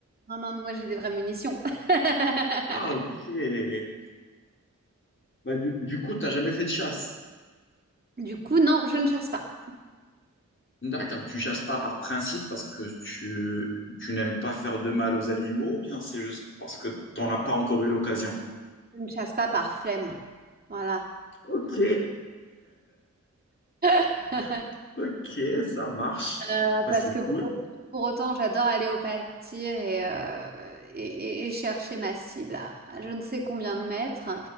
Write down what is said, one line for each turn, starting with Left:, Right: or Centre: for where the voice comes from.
Right: Non, non, moi j'ai des vraies munitions. <laughs>
Left: Ah, ok. Bah, du, du coup, t'as jamais fait de chasse.
Right: Du coup, non, je ne chasse pas.
Left: D'accord, tu chasses pas par principe parce que tu, tu n'aimes pas faire de mal aux animaux, ou bien c'est juste parce que t'en as pas encore eu l'occasion.
Right: Je ne chasse pas par flemme. Voilà.
Left: Ok,
Right: <laughs>
Left: <laughs> ok, ça marche.
Right: Euh,
Left: Bah,
Right: parce
Left: c'est
Right: que
Left: cool.
Right: pour, pour autant, j'adore aller au pâtir et, euh, et, et- et chercher ma cible à, à je ne sais combien de mètres.